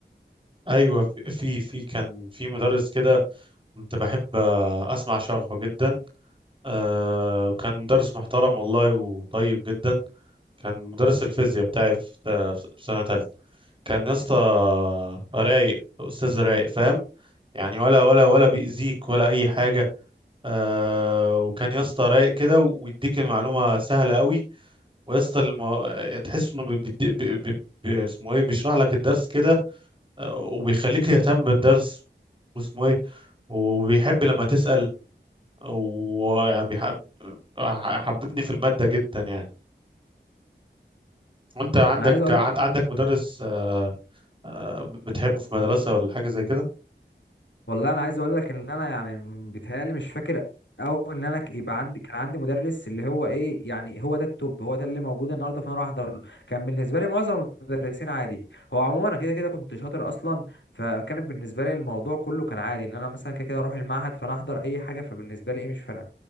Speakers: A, on the right (about 25°); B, on the left (about 75°).
A: أيوة في في في كان في مدرس كده كنت بحب آه، أسمع شرحه جدا آه، وكان مدرس محترم والله وطيب جدا كان مدرس الفيزياء بتاعي في في سنة تالتة كان يا اسطى رايق أستاذ رايق فاهم يعني ولا ولا ولا بيأذيك ولا أي حاجة آه وكان يا اسطى رايق كده ويديك المعلومة سهلة قوي ويا اسطى المو... تحس إنه بي... بي... بي... بي... بي- اسمه إيه بيشرح لك الدرس كده آه، وبيخليك يهتم بالدرس واسمه إيه وبيحب لما تسأل ويعني بيحب حببني في المادة جدا يعني وانت عندك
B: انا عايز اقول
A: عند عندك مدرس آه، آه، بتحبه في مدرسة ولا حاجة زي كده
B: والله انا عايز اقول لك ان انا يعني بيتهيألي مش فاكر او ان انا ك- يبقى عندي كان عندي مدرس اللي هو ايه يعني هو ده التوب هو ده اللي موجود النهارده فانا راح احضر له. كان بالنسبه لي معظم المدرسين عادي هو عموما انا كده كده كنت شاطر اصلا فكان بالنسبه لي الموضوع كله كان عادي ان انا مثلا كده كده اروح المعهد فانا احضر اي حاجه فبالنسبه لي ايه مش فارقه